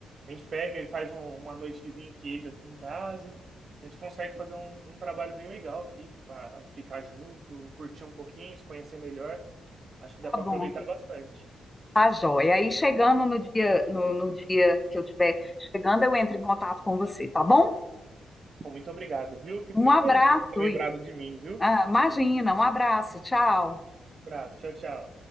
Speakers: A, on the right; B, on the left.
A: A gente pega e faz um- uma noite de vinho e queijo aqui em casa. A gente consegue fazer um, um trabalho bem legal aqui para ficar junto, curtir um pouquinho, se conhecer melhor. Acho que
B: tá
A: dá pra
B: bom.
A: aproveitar bastante.
B: Tá joia. Aí chegando no dia, no, no dia que eu tiver chegando, eu entro em contato com você, tá bom?
A: Bom, muito obrigado, viu? Fico
B: Um
A: muito
B: abraço.
A: feliz de você ter lembrado
B: e-
A: de mim, viu?
B: Ah, imagina, um abraço. Tchau.
A: Abraço, tchau, tchau.